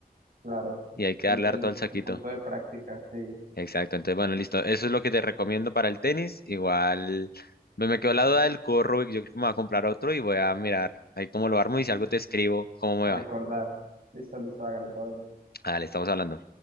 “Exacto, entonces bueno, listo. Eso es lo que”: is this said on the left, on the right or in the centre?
Left